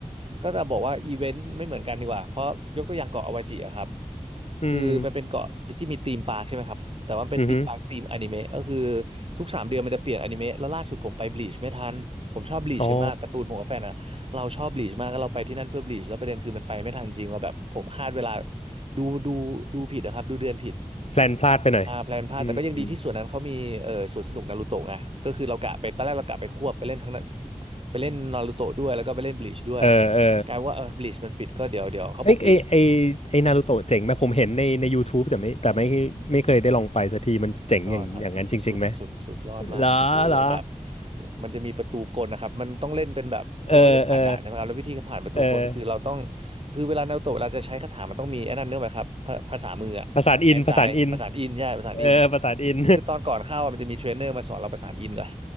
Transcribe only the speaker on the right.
ก็จะบอกว่าอีเวนต์ไม่เหมือนกันดีกว่าเพราะยกตัวอย่างเกาะอวาจิอะครับ
คือมันเป็นเกาะที่มีธีมปาร์คใช่ไหมครับแต่ว่าเป็นธีมปาร์คธีมอนิเมะก็คือ
ทุกสามเดือนมันจะเปลี่ยนอนิเมะแล้วล่าสุดผมไปบลีชไม่ทันผมชอบบลีชกันมากการ์ตูนผมกับแฟนอะ
เราชอบบลีชมากแล้วเราไปที่นั่นเพื่อบลีชแล้วประเด็นคือมันไปไม่ทันจริงเราแบบผมคาดเวลาดูดูดูผิดนะครับดูเดือนผิด
อ่าแพลนพลาดแต่ก็ยังดีที่ส่วนนั้นเขามีเอ่อสวนสนุกนารูโตะไงก็คือเรากะไปตอนแรกเรากะไปควบไปเล่นทั้งนั้น
ไปเล่นนารูโตะด้วยแล้วก็ไปเล่นบลีชด้วย
กลายเป็นว่าเออบลีชมันปิดก็เดี๋ยวเดี๋ยวเขาบอกบลีช
ยอดครับสุดสุดสุดยอดมากผมพูดเลยแบบ
มันจะมีประตูกลนะครับมันต้องเล่นเป็นแบบเขาเรียกว่าเล่นผ่านด่านใช่ไหมครับแล้ววิธีผ่านประตูกลคือเราต้อง
คือเวลานารูโตะเวลาจะใช้คาถามันต้องมีไอ้นั่นเนื่องไหมครับภาภาษามืออะแอนไซประสานอินใช่ประสานอิน
คือตอนก่อนเข้าอะมันจะมีเทรนเนอร์มาสอนเราประสานอินก่อน